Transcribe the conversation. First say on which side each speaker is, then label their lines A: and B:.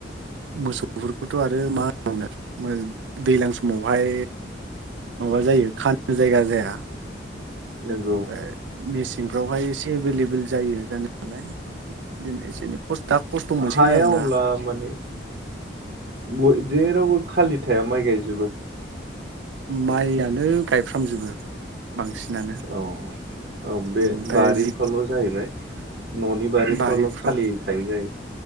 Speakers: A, on the right; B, on the right.
A: मोसौफोरखौथ' आरो मा होननो दैज्लां समावहाय माबा जायो खानो जायगा जाया।
B: नंगौ
A: ओमफ्राय बेसे सेंफ्रावहाय एसे एभेलेबेल जायो जानायालाय। बिदिनो एसे एनै खस्थ दा खस्थ' मोनसिगोन
B: हाया
A: आरोना
B: अब्ला माने ब-जेरावबो खालि <unintelligible> माइ गायजोबो।
A: माइआानो गायफ्रामजोबो। बांसिनानो
B: औ औ बे
A: ओमफ्राय
B: बारिफ्रावल'
A: जि
B: जाहैबाय न'नि बारिफ्रावल'
A: बारिफ्राव
B: खालि थायो जायो।